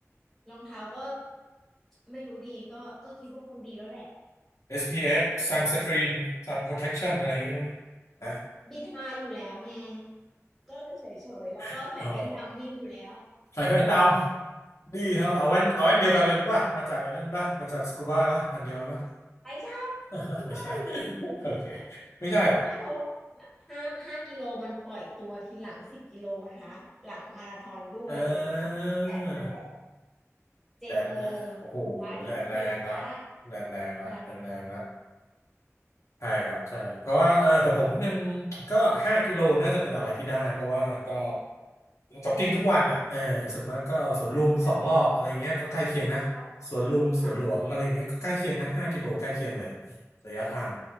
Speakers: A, in the centre; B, on the left (about 70°).
A: รองเท้าก็ไม่รู้ดีก็ก็คิดว่าคงดีแล้วแหละ
B: SPF sunscreen sun protection อะไรอย่างนี้ไหมฮะ
A: <laughs> บีทาอยู่แล้วไงก็เลยเฉยๆแล้วก็ใส่แว่นดำวิ่งอยู่แล้ว
B: <laughs> อ๋อใส่แว่นดำดีครับเอาแว่นเอาแว่นเดียวกันเลยหรือป่ะมาจากไอ้นั่นป่ะมาจากสกูบ้าป่ะอันเดียวกันป่ะ
A: ไปจ้า
B: <laughs>
A: ที่บ้านเล
B: ไม่ใช่โอเค
A: ย
B: ไม่ใช่เหรอ
A: ไม่เพราะว่าห้าห้ากิโลมันปล่อยตัวทีหลังสิบกิโลไงคะหลังมาราธอนด้วยอะไรเงี้ยแดดมันจะแดด
B: เออ
A: เจ็ดโมง
B: แดดแรงโอ้โหแดดแรงละ
A: พระอาทิตย์ขึ้นแล้วจ้า
B: แดดแรงละแดดแรงละ
A: ใช่
B: ใช่ครับใช่เพราะว่าเออแต่ผมยังก็ห้ากิโลน่าจะเป็นอะไรที่ได้เพราะว่าก็จ็อกกิ้งทุกวันน่ะเออส่วนมากก็สวนลุมสองรอบอะไรเงี้ยก็ใกล้เคียงนะ
A: ใช่สอง
B: สวนลุมสวนหลวงอะไรเงี้ยก็ใกล้เคียงนะห้ากิโลใกล้เคียงเลย
A: ค่ะ
B: ระยะทาง